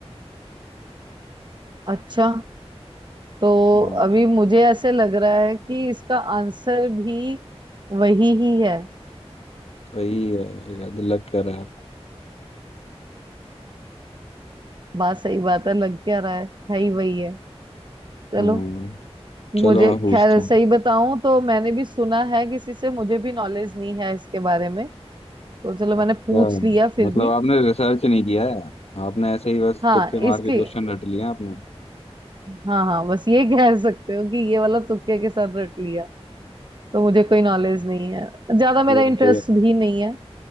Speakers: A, on the right; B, on the left.
A: अच्छा तो
B: हाँ
A: अभी मुझे ऐसे लग रहा है कि इसका आंसर भी वही ही है
B: सही है याद लग कह रहा है आपको
A: बात सही बात है लग क्या रहा है है ही वही है चलो
B: हम्म, चलो
A: मुझे
B: मैं पूछता
A: खैर सही
B: हूँ
A: बताऊं तो मैंने भी सुना है किसी से मुझे भी नॉलेज नहीं है इसके बारे में तो चलो
B: अच्छा
A: मैंने पूछ लिया फिर
B: मतलब
A: भी
B: आपने रिसर्च नहीं किया है आपने ऐसे ही बस
A: हाँ
B: तुक्के
A: इसके
B: मार के क्वेश्चन रट लिए हैं आपने
A: हाँ हाँ बस ये कह सकते हो कि ये वाला तुक्के के साथ रट लिया तो मुझे कोई नॉलेज नहीं है ज्यादा मेरा
B: ये
A: इंटरेस्ट
B: तैयार
A: भी नहीं है